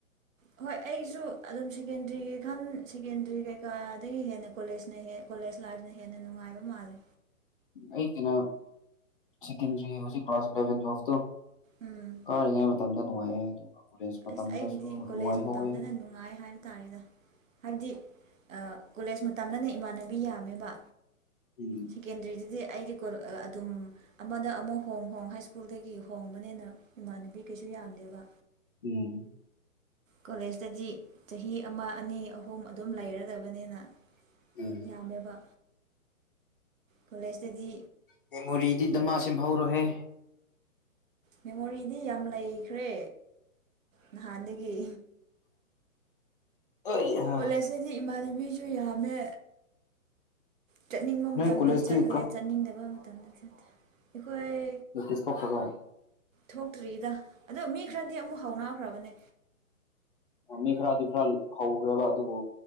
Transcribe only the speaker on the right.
ꯍꯣꯏ ꯑꯩꯁꯨ ꯑꯗꯨꯝ ꯁꯦꯀꯦꯟꯗꯔꯤꯒꯤ ꯈꯟ ꯁꯦꯀꯦꯟꯗ꯭ꯔꯤ ꯀꯩꯀꯥꯗꯒꯤ ꯍꯦꯟꯅ ꯀꯣꯂꯦꯖꯅ ꯍꯦꯛ ꯀꯣꯂꯦꯖ ꯂꯥꯏꯐꯅ ꯍꯦꯟꯅ ꯅꯨꯡꯉꯥꯏꯕ ꯃꯥꯂꯦ꯫
ꯎꯝ
ꯑꯁ ꯑꯩꯒꯤꯗꯤ ꯀꯣꯂꯦꯖ
ꯃꯇꯝꯗꯅ ꯅꯨꯡꯉꯥꯏ ꯍꯥꯏꯕ ꯇꯥꯔꯦꯗ ꯍꯥꯏꯕꯗꯤ ꯀꯣꯂꯦꯖ ꯃꯇꯝꯗꯅꯦ ꯏꯃꯥꯟꯅꯕꯤ ꯌꯥꯝꯃꯦꯕ
ꯁꯦꯀꯦꯟꯗꯔꯤꯗꯨꯗꯤ ꯑꯩꯗꯤ ꯑꯗꯨꯝ ꯑꯃꯗ ꯑꯃꯨꯛ ꯍꯣꯡ ꯍꯣꯡ ꯍꯥꯏ ꯁ꯭ꯀꯨꯜ ꯁ꯭ꯀꯨꯜꯗꯒꯤ ꯍꯣꯡꯕꯅꯤꯅ ꯏꯃꯥꯟꯅꯕꯤ ꯀꯩꯁꯨ ꯌꯥꯝꯗꯦꯕ
ꯀꯣꯂꯦꯖꯇꯗꯤ ꯆꯍꯤ ꯑꯃ ꯑꯅꯤ ꯑꯍꯨꯝ ꯑꯗꯨꯝ ꯂꯩꯔꯗꯕꯅꯤꯅ꯫
ꯌꯥꯝꯃꯦꯕ꯫ ꯀꯣꯂꯦꯖꯇꯗꯤ꯫
ꯃꯦꯃꯣꯔꯤꯗꯤ ꯌꯥꯝ ꯂꯩꯈ꯭ꯔꯦ ꯅꯍꯥꯟꯗꯒꯤ
ꯀꯣꯂꯦꯖꯇꯗꯤ ꯏꯃꯥꯟꯅꯕꯤꯁꯨ ꯌꯥꯝꯃꯦ ꯆꯠꯅꯤꯡꯕ ꯃꯇꯝꯗ
ꯆꯠꯂꯦ ꯆꯠꯅꯤꯡꯗꯕ ꯃꯇꯝꯗ ꯆꯠꯇꯦ ꯑꯩꯈꯣꯏ
ꯊꯣꯛꯇ꯭ꯔꯤꯗ ꯑꯗ ꯃꯤ ꯈꯔꯗꯤ ꯑꯃꯨꯛ ꯍꯧꯎꯅꯈ꯭ꯔꯕꯅꯦ